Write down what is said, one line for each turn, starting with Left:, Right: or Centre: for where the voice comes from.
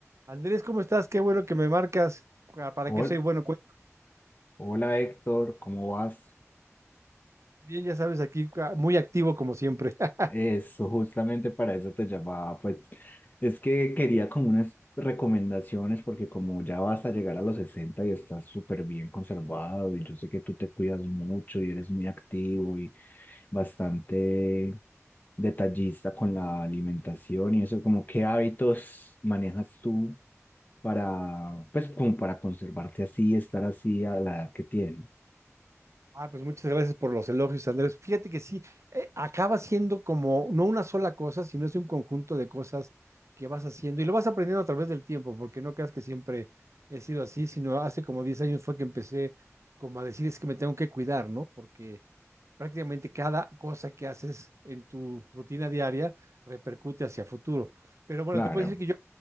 Right: Andrés, ¿cómo estás? Qué bueno que me marcas. Ah, ¿Para
Left: Hol-
Right: qué soy bueno? Cu-
Left: Hola Héctor, ¿cómo vas?
Right: Bien, ya sabes, aquí ah, muy activo como siempre. <laughs>
Left: Eso, justamente para eso te llamaba, pues es que quería como unas recomendaciones porque como ya vas a llegar a los 60 y estás súper bien conservado y yo sé que tú te cuidas mucho y eres muy activo y bastante detallista con la alimentación y eso, como qué hábitos manejas tú para, pues como para conservarte así y estar así a la edad que tienes.
Right: Ah, pues muchas gracias por los elogios, Andrés. Fíjate que sí, eh, acaba siendo como no una sola cosa, sino es un conjunto de cosas que vas haciendo y lo vas aprendiendo a través del tiempo, porque no creas que siempre he sido así, sino hace como 10 años fue que empecé como a decir es que me tengo que cuidar, ¿no? Porque prácticamente cada cosa que haces en tu rutina diaria repercute hacia futuro. Pero bueno,
Left: Claro.
Right: te puedo decir que yo